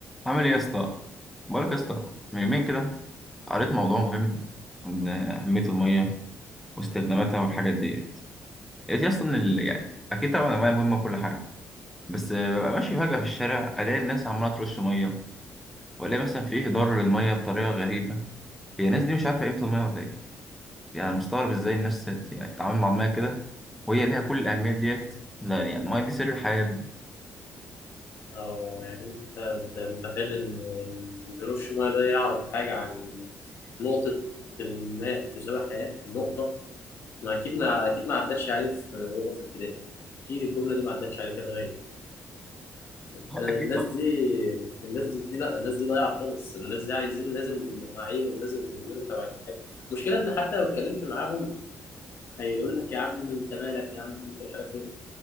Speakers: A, in the centre; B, on the left.
A: عامل ايه يا اسطى بقولك يا اسطى من يومين كده قريت موضوع مهم عن اهميه الميه واستخداماتها والحاجات ديت لقيت يا اسطى ان ال- يعني اكيد طبعا الميه مهمه وكل حاجه بس ببقى ماشي فجاه في الشارع الاقي الناس عماله ترش ميه والاقي مثلا في هدار للميه بطريقه غريبه هي الناس دي مش عارفه قيمه الميه ولا ايه يعني مستغرب ازاي الناس ت- يعني تتعامل مع الميه كده وهي ليها كل الاهميه ديت لا يعني الميه دي سر الحياه
B: أو يعني أنت أنت متخيل إن إن هيروشيما ده يعرف حاجة عن نقطة الماء تساوي حياة نقطة ما أكيد ما أكيد ما عدتش عليه في وهو في ابتدائي أكيد الجملة دي ما عدتش عليه كان غايب
A: <laughs>
B: آه،
A: اكيد
B: الناس
A: طبعا
B: دي الناس دي لا الناس دي ضايعة خالص الناس دي عايزين لازم نوعيهم لازم يديروا توعية المشكلة إن حتى لو اتكلمت معاهم هيقول لك يا عم أنت مالك يا عم أنت مش عارف إيه